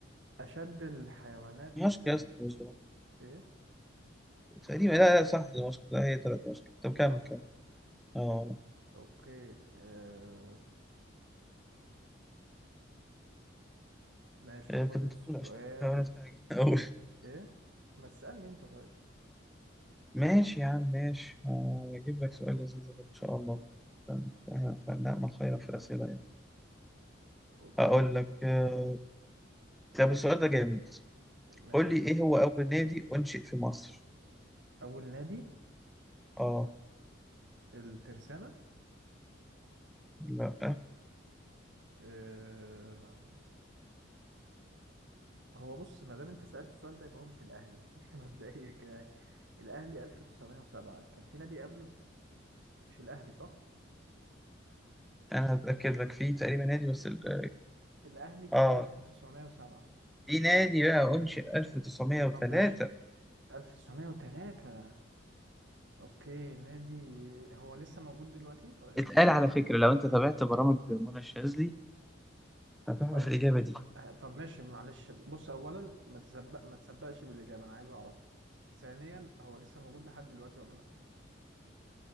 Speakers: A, on the right (about 70°); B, in the centre.
A: أشد الحيوانات
B: دمشق
A: آه،
B: يا اسطى مش دمشق
A: إيه
B: تقريبا لا لا صح دمشق لا هي طلعت دمشق طب
A: دمشق
B: كمل كمل أه
A: اوكي آه ماشي
B: آه،
A: خد
B: أنت كنت
A: السؤال
B: بتقول عشان بحاول أتحاجج <laughs>
A: ايه ما تسألني انت طيب
B: ماشي يا عم ماشي هجيب لك سؤال لذيذ أهو إن شاء الله ف- ف- فنعمل خيرا في الأسئلة يعني
A: اوكي
B: هقول لك آه، طب السؤال ده جامد
A: ماشي
B: قول لي إيه هو أول نادي أنشئ في مصر؟
A: اول نادي
B: آه
A: الترسانة
B: لا
A: آه هو بص ما دام انت سألت السؤال ده يبقى هو مش الاهلي <laughs> مبدئيا كده يعني. الاهلي 1907 كان في نادي قبله مش الاهلي صح
B: أنا هتأكد لك فيه تقريبا نادي بس ال-
A: الاهلي كان
B: آه آه،
A: 1907
B: في نادي بقى أنشئ 1903
A: طب ماشي 1903 اوكي نادي هو لسه موجود دلوقتي طيب
B: اتقال على فكرة لو أنت تابعت برامج منى الشاذلي هتعرف
A: طيب
B: الإجابة دي
A: آه، طب ماشي معلش بص اولا ما تسبق ما تسبقش بالاجابه انا عايز اعرف ثانيا هو لسه موجود لحد دلوقتي ولا لا